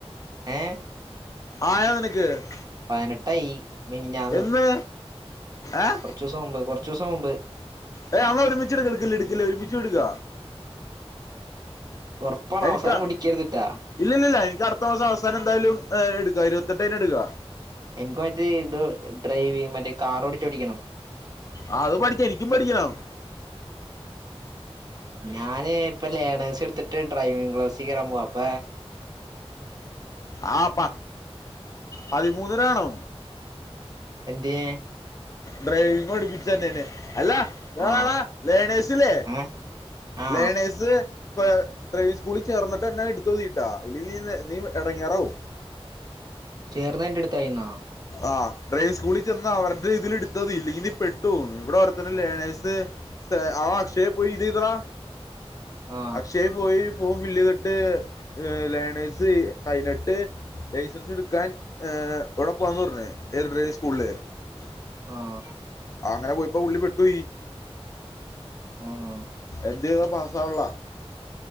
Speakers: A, on the right; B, on the left.
A: ഏഹ്
B: ആ യാതനക്ക് <unintelligible> <inaudible>
A: പതിനെട്ടായി മിനിഞ്ഞാന്ന്
B: എന്ന് ഏ
A: കുറച്ച് ദിവസം മുമ്പ് കുറച്ച് ദിവസം മുമ്പ്
B: ഏ എന്നാ ഒരുമിച്ച് എടുക്കല്ലേഎടുക്കല്ലേ ഒരുമിച്ച് എടുക്ക
A: ഉറപ്പാണ്
B: എനിക്കാ
A: അവസാനം ഓടിക്കരുതിട്ടാ
B: ഇല്ലല്ലില്ല എനിക്ക് അടുത്ത മാസം അവസാനം എന്തായാലും ഏ എടുക്കാ ഇരുപത്തെട്ട് കഴിഞ്ഞ എടുക്കാ
A: എനിക്ക് മറ്റേ ഇത് ഡ്രൈവിങ് മറ്റേ കാർ ഓടിച്ച് പഠിക്കണം
B: ആ അത് പഠിക്ക എനിക്കും പഠിക്കണം
A: ഞാന് ഇപ്പൊ ലേണേഴസ് എടുത്തിട്ട് ഡ്രൈവിങ് ക്ലാസ്സി കേറാൻ പോവാ അപ്പ
B: ആ പ പതിമൂന്നിനാണോ
A: എന്തിയെ
B: ഡ്രൈവിങ് പഠിപ്പിച്ചന്നെ അല്ല ടാ
A: ആ
B: ടാ ടാ ലേണേഴ്സില്ലേ
A: ഏ ആ
B: ലെണേഴ്സ്സ് ഡ്രൈവിങ് സ്കൂളിൽ ചേർന്നിട്ട് എന്നാൻ എടുത്താതീട്ടാ ഇല്ല നീ നീ ഇടങ്ങാറാവും
A: ചേർന്ന എന്റെ അടുത്തായിന്നാ
B: ആ ഡ്രൈവിംഗ് സ്കൂളിൽ ചെന്ന് അവരുടെ ഇതിൽ എടുത്തതാതി ഇല്ലെങ്കിൽ നി പെട്ടു പോവും ഇവിടെ ഓ തന്നെ ലേണേസ് അവ അക്ഷയെ പോയിട്ട് ഇത് ഇത്രാ
A: ആ
B: അക്ഷയെ പോയി ഫോം ഫില്ലേയിതിട്ട് ലേണേഴ്സ് കഴഞ്ഞിട്ട് ലൈസൻസ് എടുക്കാൻ ഉഴപ്പന്നൂറിനെ ഏത് ഡ്രൈ സ്കൂളിൽ <unintelligible>
A: ആഹ
B: ആ അങ്ങനെ പോയിപ്പോ പുള്ളി പെട്ടുപോയി
A: ആഹ
B: എന്ത്യേതാ പാസാവണില്ല